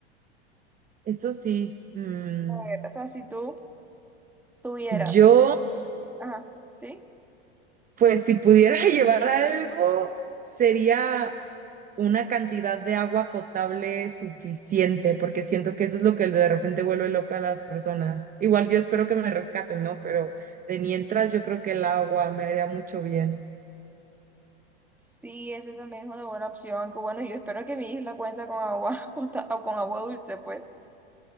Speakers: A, on the right; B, in the centre.
A: Eso sí, mm,
B: A ver, o sea, si tú... tuvieras.
A: yo,
B: Ajá, ¿sí?
A: pues si pudiera <laughs> llevar algo, sería una cantidad de agua potable suficiente, porque siento que eso es lo que de repente vuelve loca a las personas. Igual yo espero que me rescaten, ¿no? Pero de mientras yo creo que el agua me haría mucho bien.
B: Sí, ese también es una buena opción. Que bueno, yo espero que mi isla cuente con agua <laughs> pota- o con agua dulce, pues.